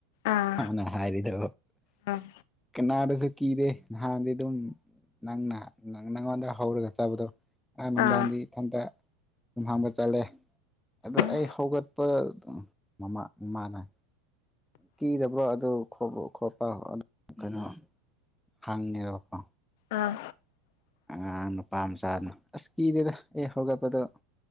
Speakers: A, on the left (about 65°); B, in the centre.
A: ꯑꯥ
B: ꯃꯥꯅ ꯍꯥꯏꯔꯤꯗꯣ
A: ꯎꯝ
B: ꯀꯅꯥꯗꯁꯨ ꯀꯤꯗꯦ ꯅꯍꯥꯟꯗꯤ ꯑꯗꯨꯝ ꯅꯪꯅ ꯅꯪꯉꯣꯟꯗ ꯍꯧꯔꯒ ꯆꯥꯕꯗꯣ ꯑ ꯅꯨꯡꯗꯥꯡꯗꯤ
A: ꯑꯥ
B: ꯏꯊꯟꯇ ꯌꯨꯝꯍꯥꯡꯕ ꯆꯠꯂꯦ ꯑꯗꯣ
A: ꯎꯝ
B: ꯑꯩ ꯍꯧꯒꯠꯄ ꯃꯃꯥ ꯃꯃꯥꯅ ꯀꯤꯗꯕꯔꯣ ꯑꯗꯨ ꯈꯣꯠꯄ ꯀꯩꯅꯣ ꯍꯪꯉꯦꯕꯀꯣ
A: ꯑꯥ
B: ꯑꯉꯥꯡ ꯅꯨꯄꯥ ꯃꯆꯥꯗꯨꯅ ꯑꯁ ꯀꯤꯗꯦꯗ ꯑꯩ ꯍꯧꯒꯠꯄꯗꯣ